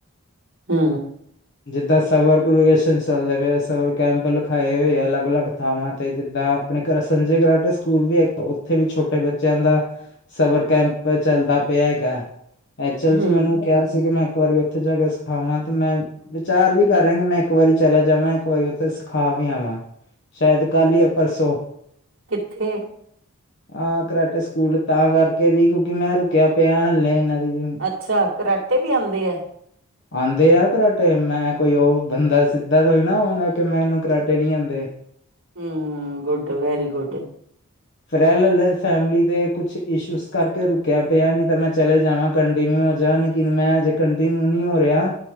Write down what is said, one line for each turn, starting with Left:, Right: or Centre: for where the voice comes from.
Right: ਹੂ
Left: ਜਿਦਾਂ ਸਵਰ ਵਕੇਸ਼ਨ ਚੱਲਦੇ ਪਏ ਸਵਰ ਕੈਪ ਲਿਖਾਏ ਹੋਏ ਆ ਅਲਗ- ਅਲਗ ਥਾਵਾ ਤੇ ਜਿਦਾ ਆਪਣੇ ਘਰ ਸੰਜੇ ਕਰਾਂਟ ਸਕੂਲ ਵੀ ਹੈ। ਉਥੇ ਵੀ ਛੋਟੇ ਬੱਚਿਆ ਦਾ ਸਬਰ ਕੈਂਪ ਚਲਦਾ ਪਿਆ ਹੈਗਾ ਐਚਲ
Right: ਹੂੰ।
Left: ਜੀ ਮੈਨੂੰ ਕਿਹਾ ਸੀ ਕਿ ਮੈਂ ਇਕ ਵਾਰੀ ਉਥੇ ਜਾ ਕੇ ਸਿਖਾਵਾ ਤੇ ਮੈ ਵਿਚਾਰ ਵੀ ਕਰ ਰਿਹਾ ਕਿ ਮੈ ਇਕ ਵਾਰੀ ਚਲਾ ਜਾਵਾ ਇਕ ਵਾਰੀ ਉਥੇ ਸਿਖਾ ਵੀ ਆਵਾ ਸ਼ਾਇਦ ਕਲ ਹੀ ਆ ਪਰਸੋ
Right: ਕਿਥੇ
Left: ਹਾਂ ਕਰੈਟ ਸਕੂਲ ਤਾਂ ਕਰਕੇ ਵੀ ਕਿਉਕਿ ਮੈ ਰੁਕਿਆ ਪਿਆ ਹਲੇ ਇਹਨਾ ਦੀ ਵੀ
Right: ਅਛਾ ਕਰਾਟੇ ਵੀ ਆਉਦੇ ਹੈ।
Left: ਆਉਦੇ ਆ ਕਰਾਟੇ ਮੈ ਕੋਈ ਉਹ ਬੰਦਾ ਸਿਧਾ ਤੋਈ ਨਾ ਆਵਾਗਾ ਕਿ ਮੈ ਇਹਨੂੰ ਕਰਾਟੇ ਨਹੀ ਆਉਦੇ
Right: ਹੂ ਗੁਡ ਵੈਰੀ ਗੁਡ
Left: ਫਰੈਲ ਫੈਮਿਲੀ ਦੇ ਕੁਛ ਇਸ਼ੂਸ ਕਰਕੇ ਰੁਕਿਆ ਪਿਆ ਨੀ ਤਾਂ ਮੈ ਚਲੇ ਜਾਵਾ ਕੰਟੀਨਿਊ ਹੋ ਜਾ ਨੀ ਲੇਕਨ ਮੈ ਅਜ ਕੰਟੀਨਿਊ ਨਹੀ ਹੋ ਰਿਹਾ